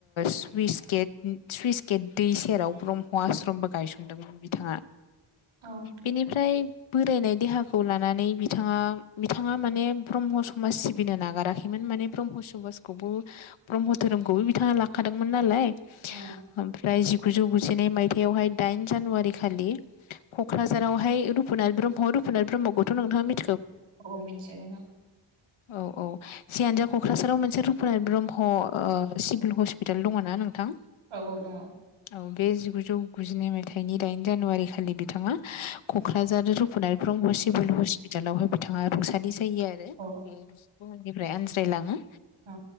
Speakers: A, on the left (about 75°); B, on the right (about 85°).
A: सुइस गेट सुइस गेट दै सेराव ब्रह्म ह आश्रमबो गायसनदोंमोन बिथांङा
B: औ
A: बेनिफ्राय बोरायनाय देहाखौ लानानै बिथांङा बिथांङा माने ब्रह्म समाज सिबिनो नागाराखैमोन माने ब्रह्म सुभास खौबो ब्रह्मधोरोमखौबो बिथांङा लाखादोंमोन नालाय
B: औ
A: ओमफ्राय जिगुजौ गुजिगु जिनै मायथाइयावहाय दाइन जानुवारि खालि कक्राझारावहाय रुपुनाथ ब्रह्म रुपुनाथ ब्रम्ह खौथ नोंथाङा मिन्थि
B: अ मिनथियो‌ नो ना
A: औ औ जियानोजा कक्राझाराव मोनसे पनात ब्रह्म ओ सिभिल हस्पिटाल दङ ना नोंथां
B: औ औ दङ
A: औ बे जिगुजौ गुजिनै मायथाइनि दाइन जानुवारि खालि बिथाङा कक्राझार रुपुनाथ ब्रह्म सिभिल हस्पिटालावहाय बिथाङा रुंसारि जायो आरो
B: औ
A: बे बुहुमनिफ्राय आनज्रायलाङो
B: औ